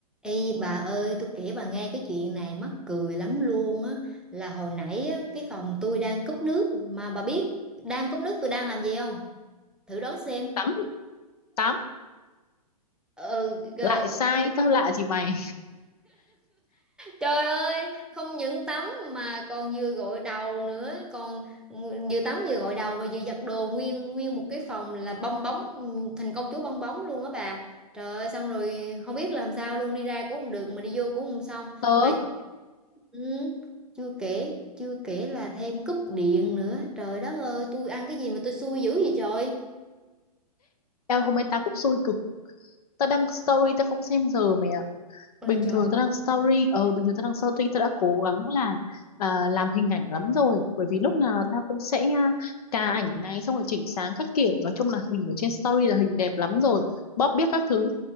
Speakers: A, in the centre; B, on the left.
A: Ê bà ơi, tôi kể bà nghe cái chuyện này mắc cười lắm luôn á. Là hồi nãy á, cái phòng tôi đang cúp nước mà bà biết đang cúp nước tôi đang làm gì không? Thử đoán xem.
B: tám tám
A: Ừ, ờ,
B: lại sai tao lạ gì mày
A: trời ơi, không những tắm mà còn vừa gội đầu nữa, còn vừa tắm vừa gội đầu mà vừa giặt đồ nguyên nguyên một cái phòng là bong bóng ừ, thành công chúa bong bóng luôn á bà. Trời ơi, xong rồi không biết làm sao luôn đi ra cũng không được mà đi vô cũng không xong
B: tớ
A: mà Ừ, chưa kể, chưa kể là thêm cúp điện nữa. Trời đất ơi, tôi ăn cái gì mà tôi xui dữ vậy trời.
B: em hôm nay tao cũng xui cực tao đăng story tao không xem giờ mày ạ
A: Ôi
B: bình
A: là trời.
B: thường tao đăng story ờ bình thường tao đăng story tao đã cố gắng là à, làm hình ảnh lắm rồi bởi vì lúc nào tao cũng sẽ à, cà ảnh này xong rồi chỉnh sáng các kiểu nói chung là hình ở trên story là hình đẹp lắm rồi bóp biết các thứ